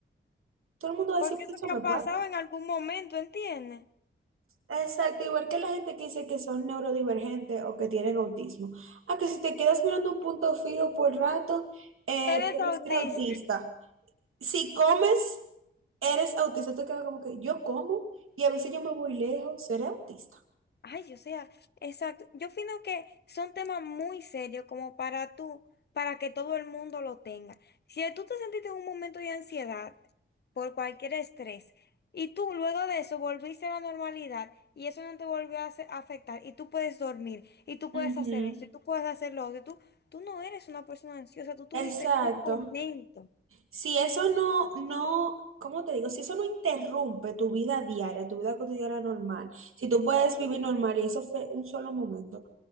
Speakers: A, on the right; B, on the left.
A: Todo el mundo va a
B: porque
A: decir, "Pero
B: eso
A: eso
B: te
A: me
B: ha
A: pasa.
B: pasado en algún momento, ¿entiendes?
A: Exacto, igual que la gente que dice que son neurodivergentes o que tienen autismo. Ah, que si te quedas mirando un punto fijo por rato, eh,
B: Eres
A: puedes
B: autista.
A: ser autista. Si comes, eres autista. Tú quedas como que yo como y a veces yo me voy lejos, seré autista.
B: Ay, o sea, exacto. Yo opino que son temas muy serios como para tú, para que todo el mundo lo tenga. Si tú te sentiste en un momento de ansiedad por cualquier estrés y tú luego de eso volviste a la normalidad y eso no te volvió a hace- a afectar y tú puedes dormir y tú
A: Ujú.
B: puedes hacer esto y tú puedes hacer lo otro, y tú, tú no eres una persona ansiosa, tú tuviste
A: Exacto.
B: un momento.
A: Si eso no, no, ¿cómo te digo? Si eso no interrumpe tu vida diaria, tu vida cotidiana normal, si tú puedes vivir normal y eso fue un solo momento,